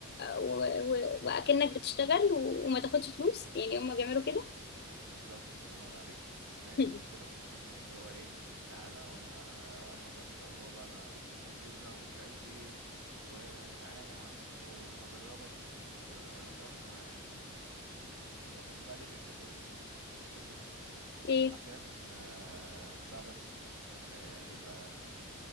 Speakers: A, on the left; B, on the right.
A: و... و... واكنك بتشتغل و... وما تاخدش فلوس يعني هم بيعملوا كده
B: بالظبط الله ينور عليك ما هي
A: <laughs>
B: دي المشكله بقى فاهماني اللي هو ايه تعالى وانا انا هقدر اللي هو بقى انا دكتور كبير بقى ومش عارف ايه وتعالى يا عم وهدربك وتقف معايا هم هم بقى ليه بيعملوا كده ايه الفكره
A: ايه
B: عشان آه، بتاع ده آه، بيبقى